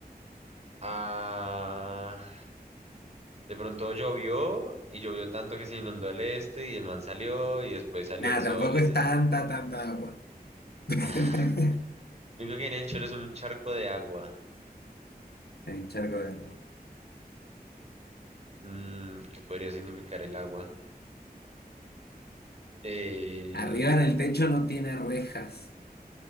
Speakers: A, on the right (about 40°); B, on the left (about 80°).
A: Ah, de pronto llovió y llovió tanto que se inundó el este y el man salió y después salió
B: Nada,
A: el sol
B: tampoco
A: y
B: es
A: se...
B: tanta, tanta agua.
A: <laughs>
B: <laughs>
A: Lo único que hay en el Cholo es un charco de agua.
B: en charco de agua.
A: Mm, ¿qué podría significar el agua? Eh,
B: Arriba en el techo no tiene rejas,